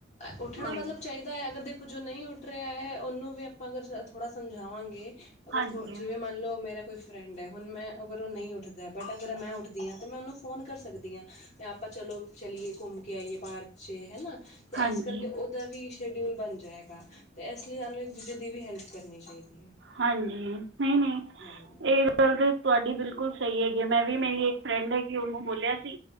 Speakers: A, on the left; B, on the right.
A: ਉੱਠਣਾ
B: ਉਹੀ
A: ਮਤਲਬ ਚਾਹੀਦਾ ਅਗਰ ਦੇਖੋ ਜੋ ਨਹੀਂ ਉੱਠ ਰਿਹਾ ਹੈ ਉਹਨੂੰ ਵੀ ਆਪਾਂ ਅਗਰ ਥੋੜਾ ਸਮਝਾਵਾਂਗੇ ਅਗਰ
B: ਹਾਂਜੀ
A: ਜਿਵੇਂ ਮੰਨ ਲਓ ਮੇਰਾ ਕੋਈ ਫਰੈਂਡ ਹੈ ਹੁਣ ਮੈਂ ਅਗਰ ਉਹ ਨਹੀਂ ਉੱਠਦਾ, ਬਟ ਅਗਰ ਮੈਂ ਉਠਦੀ ਤਾਂ ਮੈਂ ਉਹਨੂੰ ਫੋਨ ਕਰ ਸਕ ਸਕਦੀ ਹਾਂ, ਤੇ ਆਪਾਂ ਚਲੋ ਚਲੀਏ ਘੁੰਮ ਕੇ ਆਈਏ ਪਾਰਕ ਚ ਹਨਾ ਤੇ
B: ਹਾਂਜੀ
A: ਇਸ ਕਰਕੇ ਉਹ ਔਦਾ ਵੀ ਸ਼ਡਿਊਲ ਬਣ ਜਾਏਗਾ, ਅਤੇ ਇਸ ਲਈ ਸਾਨੂੰ ਇੱਕ ਦੂਜੇ ਦੀ ਵੀ ਹੈਲਪ ਕਰਨੀ ਚਾਹੀਦੀ ਹੈ
B: ਹਾਂਜੀ ਨਹੀਂ ਨਹੀਂ
A: ਹਾਂ
B: ਗਲ ਤਾਂ ਤੁਹਾਡੀ ਬਿਲਕੁਲ ਸਹੀ ਹੈਗੀ ਮੈਂ ਵੀ ਮੇਰੀ ਇੱਕ ਫਰੈਂਡ ਹੈਗੀ ਉਹਨੂੰ ਬੋਲਿਆ ਸੀ